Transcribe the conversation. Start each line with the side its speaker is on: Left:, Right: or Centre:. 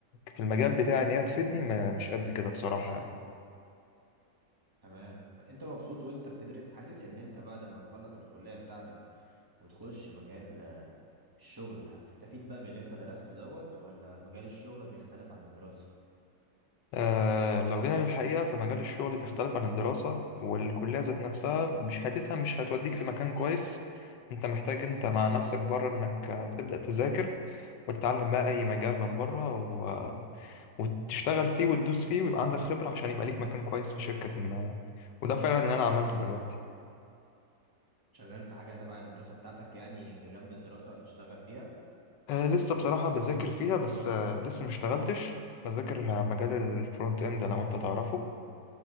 Left: في المجال بتاعي ان هي تفيدني ما- مش قد كده بصراحه يعني
Right: تمام انت مبسوط وانت بتدرس حاسس ان انت بعد ما تخلص الكلية بتاعتك وتخش مجال آه، الشغل هتستفيد بقى باللي انت درسته دوت ولا مجال الشغل بيختلف عن الدراسة
Left: آه لو جينا للحقيقة فمجال الشغل بيختلف عن الدراسة والكلية ذات نفسها بشهادتها مش هتوديك في مكان كويس انت محتاج انت مع نفسك بره انك آه، تبدأ تذاكر وتتعلم بقى اي مجال من بره و... آه، وتشتغل فيه وتدوس فيه ويبقى عندك خبرة عشان يبقى ليك مكان كويس في شركة ما يعني وده فعلا اللي انا عملته دلوقتي
Right: شغال في حاجة تبع الدراسة بتاعتك يعني كجنب الدراسة هتشتغل فيها
Left: آه لسه بصراحة بذاكر فيها بس آه لسه ما اشتغلتش بذاكر آه، مجال الفرونت اند لو انت تعرفه